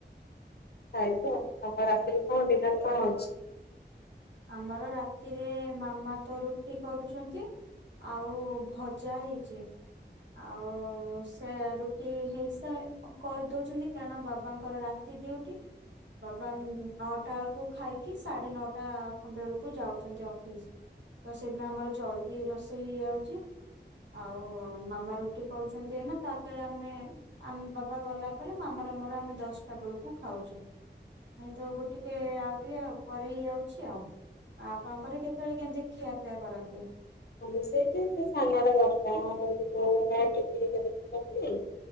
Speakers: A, on the left; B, on the right.
A: ଖାଇଚ ତମ ରାତିରେ କଣ ଡିନର କଣ ଅଛି?
B: ଆମର ରାତିରେ ମାମା ତ ରୁଟି କରୁଛନ୍ତି। ଆଉ ଭଜା ହେଇଚି। ଆଉ ସେ ରୁଟି ହେଇସା କରିଦଉଛନ୍ତି କାରଣ ବାବାଙ୍କର ରାତ୍ ତି ଡିଉଟି। ବାବା ନଅଟା ଅଳକୁ ଖାଇକି ସାଢେ ନଅଟା <unintelligible> ବେଳକୁ ଯାଉଚନ୍ତି ଅଫିସ ତ ସେଦିନ ଆମର ଜଲଦି ରୋଷେଇ ହେଇଯାଉଚି। ଆଉ ମାମା ରୁଟି କରାଉଚନ୍ତି ଏଇନା ତାପରେ ଆମେ ଆମ ବାବା ଗଲା ପରେ ମାମାର ମୋର ଆମେ ଦଶଟା ବେଳକୁ ଖାଉଚୁ। ନାଇ ତ ଗୋ ଟିକେ ଆଉ ଟିକେ ଉପରେ ହେଇଯାଉଛି ଆଉ। ଆପଣଙ୍କର କେତେବେଳେ କେମିତି ଖିଆପିଆ କରନ୍ତି?
A: ଅମେବି ସେଇଠି ସେ ସାଢ଼େନଅଟା ଦଶଟା <unintelligible> ଟିଭି ହେରିକା ଦେଖୁଚନ୍ତି।